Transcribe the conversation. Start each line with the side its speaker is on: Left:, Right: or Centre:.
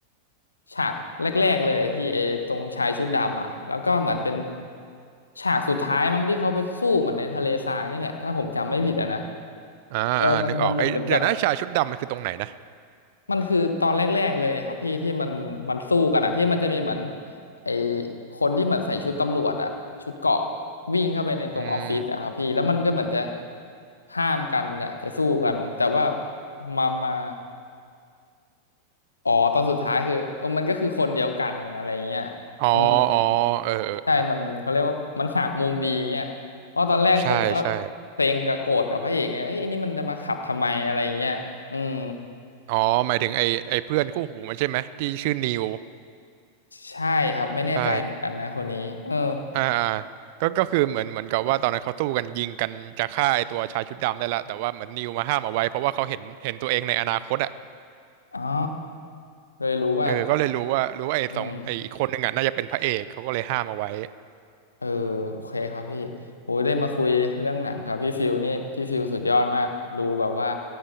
Left: ฉากแรกๆเลยที่ไอ้ตรงชายชุดดำอ่ะแล้วก็เหมือนเป็นฉากสุดท้ายมั้งที่เขาไปสู้เหมือนในทะเลทรายนี่แหละถ้าผมจำไม่ผิดอะนะ
Right: อ่าอ่านึกออกไอ้เดี๋ยวนะชายชุดดำมันคือตรงไหนนะ
Left: เออมันมันเหมือนเป็นแบบมันคือตอนแรกๆเลยครับพี่ที่มันมันสู้กันอ่ะที่มันจะมีเหมือนไอ้คนที่เหมือนใส่ชุดตำรวจอ่ะชุดเกราะวิ่งเข้าไปในตรงออฟฟิศอะครับพี่แล้วมันก็เหมือนจะ
Right: อืม
Left: ห้ามกันเนี่ยจะสู้กันแต่ว่ามามาอ๋อตอนสุดท้ายคือเออมันก็คือคนเดียวกันอะไรเงี้ย
Right: อ๋ออ๋อเออเออ
Left: อืม ใช่มันเขาเรียกว่ามันหักมุมดีเงี้ยเพราะตอนแรกผมก็
Right: ใช่ใช่
Left: เซ็งกับโกรธกับพระเอกไงยเอ้ยอันนี้มันจะมาขับทำไมอะไรเงี้ยอืม
Right: อ๋อ หมายถึงไอ้ไอ้เพื่อนคู่หูมันใช่ไหมที่ชื่อนิว
Left: ใช่ครับไม่แน่ใจเหมือนกันนะคนนี้เออ
Right: ใช่อ่าอ่าก็ก็คือเหมือนเหมือนกับว่าตอนนั้นเขาสู้กันยิงกันจะฆ่าไอ้ตัวชายชุดดำได้ละแต่ว่าเหมือนนิวมาห้ามเอาไว้เพราะว่าเขาเห็นเห็นตัวเองในอนาคตอ่ะ
Left: อ๋อเลยรู้ว่า
Right: เออก็เลยรู้ว่ารู้ว่าไอ้สองไอ้อีกคนหนึ่งอ่ะน่าจะเป็นพระเอกเขาก็เลยห้ามเอาไว้
Left: อืมเออโอเคครับพี่โอ้ยได้มาคุยเรื่องหนังกับพี่ฟิวนี่พี่ฟิวสุดยอดมากดูแบบว่า